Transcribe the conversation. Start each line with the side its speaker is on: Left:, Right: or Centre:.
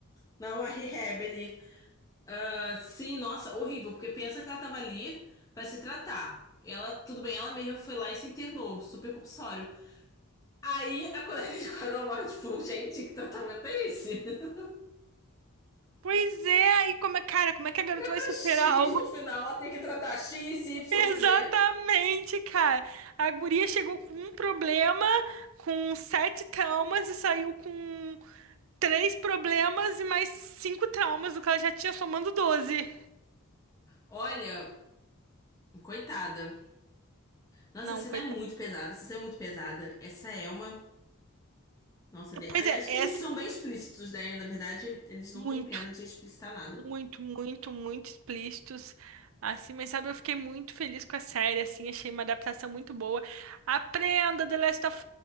Left: na uma rehab ali. Ah, Sim, nossa, horrível, porque pensa que ela tava ali pra se tratar. Ela, tudo bem, ela mesma foi lá e se internou, super compulsório. Aí a colega de quadro ela morre, tipo, gente, que tratamento é esse? <laughs>
Right: Pois é, aí como é, cara, como é que a garota vai
Left: Tá
Right: superar
Left: X,
Right: algo?
Left: no final ela tem que tratar X, Y,
Right: Exatamente,
Left: Z.
Right: cara. A guria chegou com um problema, com sete traumas e saiu com três problemas e mais cinco traumas, o que ela já tinha somando 12.
Left: Olha, coitada. Nossa,
Right: Não,
Left: essa cena
Right: coitada.
Left: é muito pesada, essa cena é muito pesada. Essa é uma. Nossa, ali- aliás,
Right: Pois é, essa
Left: que eles são
Right: é
Left: bem explícitos, né? Na verdade, eles não
Right: muito,
Left: têm pena de explicitar nada.
Right: muito, muito, muito explícitos. Assim, mas sabe, eu fiquei muito feliz com a série, assim, achei uma adaptação muito boa. Aprenda, The Last of